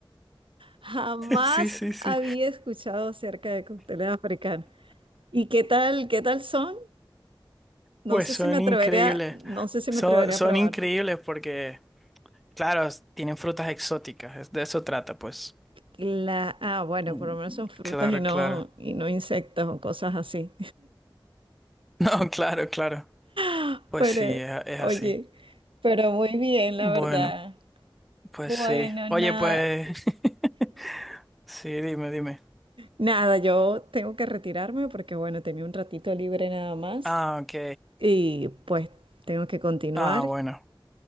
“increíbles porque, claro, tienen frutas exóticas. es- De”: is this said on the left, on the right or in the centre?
Centre